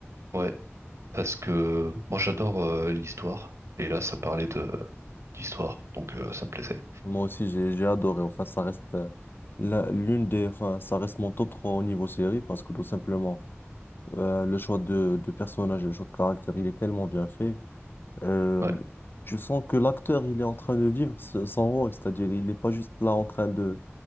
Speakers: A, on the right; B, on the left.
A: Ouais, parce que moi, j'adore euh, l'histoire. Et là, ça parlait de d'histoire. Donc, euh, ça me plaisait.
B: Moi aussi, j'ai, j'ai adoré. Enfin, ça reste euh, la- l'une des, enfin, ça reste mon top 3 au niveau série parce que tout simplement, euh, le choix de, de personnages et le choix de caractère, il est tellement bien fait. euh,
A: Ouais,
B: tu sens que l'acteur, il est en train de vivre ce- son rôle, c'est-à-dire il n'est pas juste là en train de...